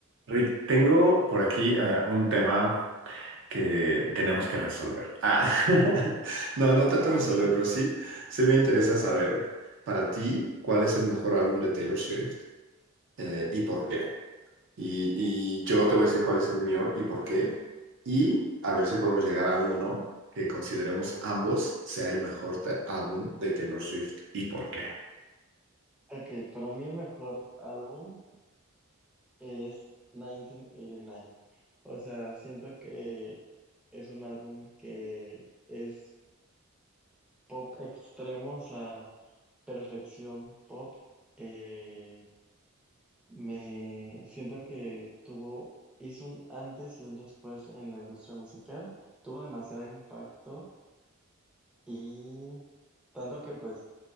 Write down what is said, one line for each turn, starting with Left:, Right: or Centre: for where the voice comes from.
Right: Rick, tengo por aquí eh, un tema que tenemos que resolver. Ah, <laughs> no, no tanto resolver,
Centre: A ver,
Right: pero sí, sí me interesa saber para ti cuál es el mejor álbum de Taylor Swift eh, y por qué. Y, y yo te voy a decir cuál es el mío y por qué. Y a ver si podemos llegar a uno que consideremos ambos sea el mejor te- álbum de Taylor Swift y por qué.
Centre: ok, para mí el mejor álbum es 1989. O sea, siento que es un álbum que es pop extremo, o sea, perfección pop. Eh, me siento que tuvo, hizo un antes y un después en la industria musical, tuvo demasiado impacto y tanto que pues